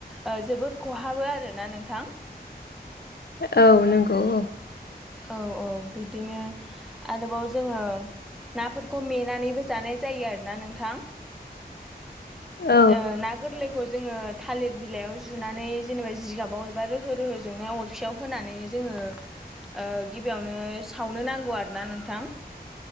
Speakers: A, in the centre; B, on the left.
A: ओ जोबोद खहाबो आरोना नोंथां।
B: औ नंगौ औ।
A: औ औ बिदिनो आरोबाव जोङो नाफोरखौ मेनानैबो जानाय जायो आरोना नोंथां।
B: औ
A: ओ ना गोरलै खौ जोङो थालिर बिलाइयाव जुनानै जेनेबा जिगाबाव एबा रोहो रोहो जोंनायाव अरखियाव होनानै जोङो ओ गिबियावनो सावनो नांगौ आरो ना नोंथां।